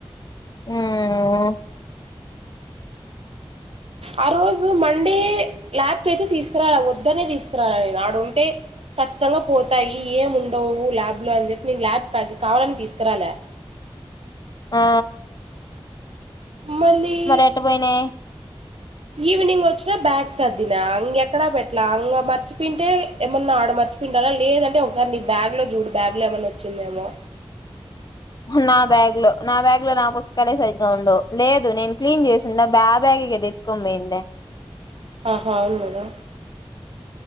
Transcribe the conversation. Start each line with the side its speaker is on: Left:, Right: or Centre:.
Left: ఉమ్
Right: ఆ రోజు మండే ల్యాబ్ కి అయితే తీసుకురాలి వద్దనే తీసుకురాల అడుంటే ఖచ్చితంగా పోతాయి ఏమి ఉండవు ల్యాబ్ లో అని చెప్పి నేను ల్యాబ్ కావాలని తీసుకురాలా
Left: ఆ
Right: మళ్ళీ
Left: మరి ఎట్ట పోయినాయి
Right: ఈవినింగ్ వచ్చినా బ్యాగ్ సదిన ఎక్కడా పెట్లాలా మర్చిపోయింటే ఏమన్నా ఆడమ మర్చ్చి లేదంటే ఒకసారి నీ బ్యాగ్ లో చూడు బ్యాగ్ లో ఏమైన్నా వచ్చిందేమో
Left: నా బ్యాగ్ లో నా బ్యాగ్ లో నా పుస్తకాలే సరిగ్గా ఉండవు లేదు నేను క్లీన్ చేసిండ బ్యా బ్యాగ్ కదా ఎత్తుకొని పోయింది
Right: ఆహా అవును కదా